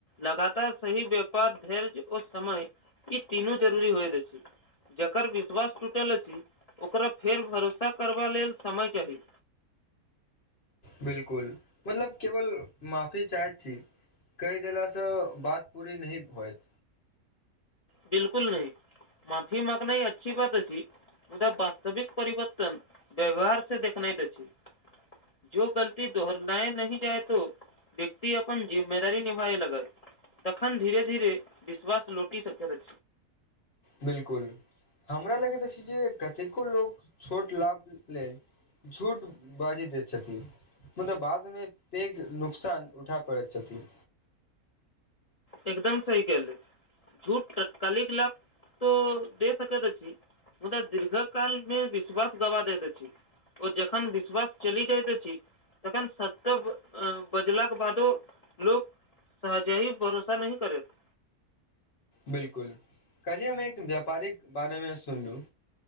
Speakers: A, on the left; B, on the left.
A: लगातार सी व्यापार धैर्य और समय ई तीनू जरूरी होय रह छै जकर विश्वास टूटल अछि ओकरा फेर भरोसा करबा लेल समय चाही
B: बिलकुल मतलब केवल माफी चाहै छी क देलासँ बात पूरी नहि होत
A: बिलकुल नहि माफी मगना ह अच्छी बात अी उदा वास्तविक परिवर्तन व्यवहार से देखना द छै जो गलती दोहरनाए न जाए तो व्यकति अपन जिम्मेवारी निभे लगै तखन धीरे धीरे विश्वास लोटि सकैत अछि
B: बिलकुल हमरा लगैत अछि जे कतेको लोक छोट लाभ लेल झूठ बाजि दैत छथि मतलब बादमे पैघ नुकसान उठा पड़ैत छथिन
A: एकदम सही कले झूठ तत्कालिक लाभ तो दे सकैत छी मुदा दीर्घ कालमे विश्वास गवा दैत अछि ओ जखन विश्वास चलि जायत अछि तखन सत्त बजलाक बादो लोक सहज भरोसा सा नहि करैत
B: बिलकुल कहलएमे एक व्यापारिक बारेमे सुनलू